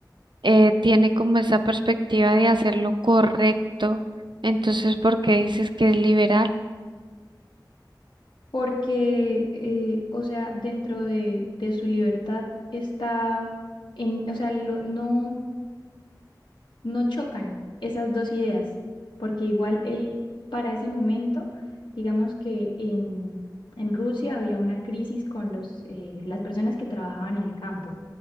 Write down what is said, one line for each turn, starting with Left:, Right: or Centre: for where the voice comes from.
Right: eh, tiene como esa perspectiva de hacer lo correcto. Entonces, ¿por qué dices que es liberal?
Left: Porque, eh, o sea, dentro de, de su libertad está en, o sea, lo- no, no chocan esas dos ideas, porque igual él para ese momento, digamos que en, en Rusia había una crisis con los, eh, las personas que trabajaban en el campo